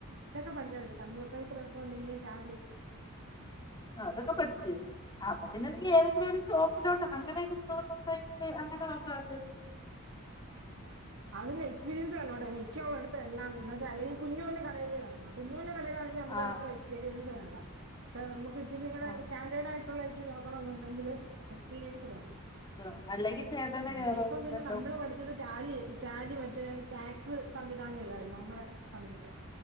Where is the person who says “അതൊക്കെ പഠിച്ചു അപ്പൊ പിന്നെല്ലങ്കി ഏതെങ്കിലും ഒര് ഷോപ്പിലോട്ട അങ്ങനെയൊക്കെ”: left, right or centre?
Left